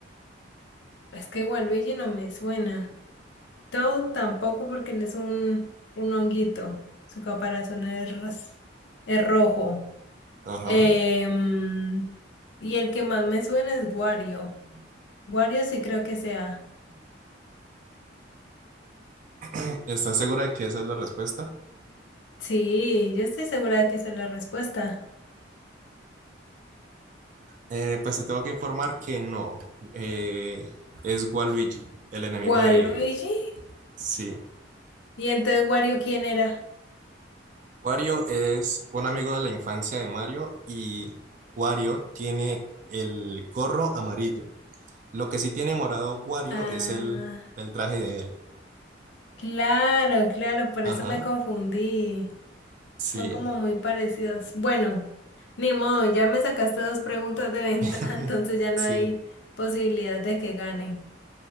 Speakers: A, on the left; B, on the right.
A: Es que Waluigi no me suena. Toad tampoco porque él es un, un honguito. Su caparazón es, es rojo.
B: Ajá.
A: Em, y el que más me suena es Wario. Wario sí creo que sea.
B: <clears throat> ¿Estás segura de que esa es la respuesta?
A: Sí, yo estoy segura de que esa es la respuesta.
B: Eh, pues te tengo que informar que no. Eh, es Waluigi, el enemigo
A: Waluigi.
B: de... Sí.
A: ¿Y entonces Wario quién era?
B: Wario es un amigo de la infancia de Mario y Wario tiene el gorro amarillo. Lo que sí tiene morado Wario
A: Ah,
B: es el, el traje de él.
A: claro, claro, por
B: Ajá.
A: eso me confundí.
B: Sí.
A: Son como muy parecidos. Bueno, ni modo, ya me sacaste dos preguntas de ventaja,
B: <laughs>
A: <laughs> entonces ya no
B: Sí.
A: hay posibilidad de que gane.